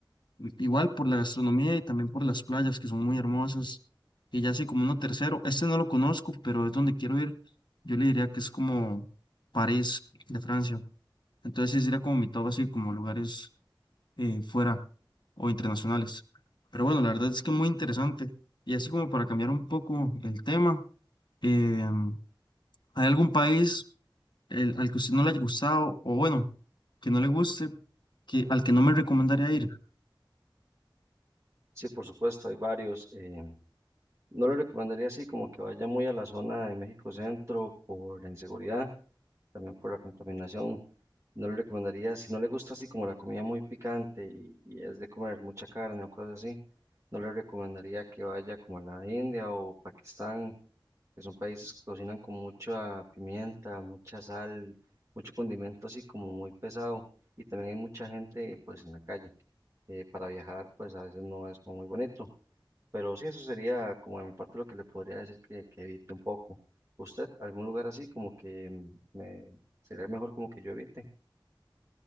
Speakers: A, on the left; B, on the right.
A: i- Igual por la gastronomía y también por las playas que son muy hermosas. Y ya así como uno tercero, este no lo conozco, pero es donde quiero ir. Yo le diría que es como París de Francia. Entonces sí sería como mi top así como lugares eh, fuera o internacionales. Pero bueno, la verdad es que muy interesante. Y así como para cambiar un poco el tema, eh, ¿hay algún país el- al que usted no le haya gustado o bueno, que no le guste, que, al que no me recomendaría ir?
B: Sí, por supuesto, hay varios. eh, no le recomendaría así como que vaya muy a la zona de México Centro por la inseguridad, también por la contaminación. No le recomendaría, si no le gusta así como la comida muy picante y, y es de comer mucha carne o cosas así, no le recomendaría que vaya como a la India o Pakistán que son países que cocinan con mucha pimienta, mucha sal, mucho condimento así como muy pesado. Y también hay mucha gente pues en la calle. eh, para viajar pues a veces no es como muy bonito. Pero sí, eso sería como de mi parte lo que le podría decir que, que evite un poco. ¿Usted algún lugar así como que mm, me, sería mejor como que yo evite?